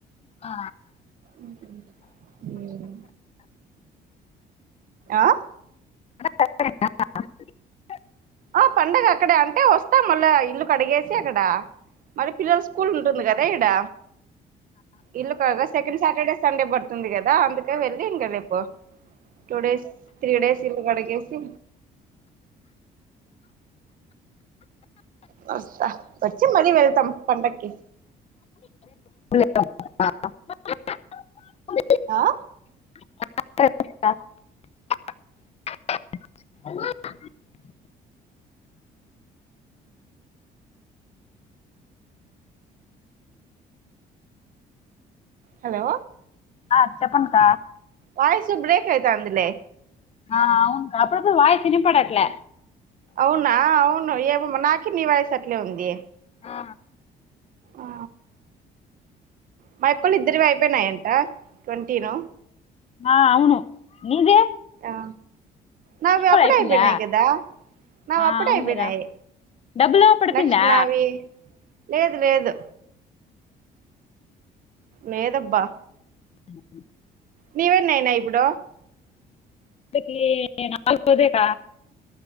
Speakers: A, on the left; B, on the right.
A: ఆ
B: ఉమ్ ఉహ్మ్ ఆ
A: ఆ <unintelligible>
B: ఆ పండుగ అక్కడే అంటే వస్తాం మళ్ళా ఇల్లు కడిగేసి అక్కడ మరి పిల్లోలకి స్కూల్ ఉంటుంది కదా ఇక్కడ ఇల్లు కాగా సెకండ్ సాటర్డే సండే పడుతుంది కదా అందుకే వెళ్ళలి ఇంక రేపు పూ టూ డేస్ త్రీ డేస్ ఇల్ కడకేసి వస్త వచ్చి మళ్ళీ వెళ్తాం పండక్కి
A: <unintelligible>
B: ఆ
A: <unintelligible> <unintelligible>
B: హలో
A: ఆ చెప్పక్క
B: వయిసు బ్రేక్ అయితాందిలే
A: ఆ అవునుకా నాకైతే వాయిస్ విన్నపడట్లే
B: అవునా అవును ఏమో మల్ల నాకు నీ వాయిస్ అట్లే ఉంది
A: ఆ
B: ఆ మా యక్కోలవి ఇద్దరివీ అయిపోయినాయంట ట్వంటీను
A: ఆ అవును నీది
B: ఆ నావీ
A: కూడా
B: అప్పుడే
A: అయిపోయిందా
B: అయిపోయినాయి కదా నావి
A: ఆ
B: అప్పుడే
A: అవును
B: అయిపోయినాయి
A: కదా డబ్బులు పడిపోయిందా
B: నెక్స్ట్ నావి లేదు లేదు లేదబ్బా
A: అ
B: నీవేన్నాయి ఇప్పుడు
A: ఇదీ నాలుగోదెక్క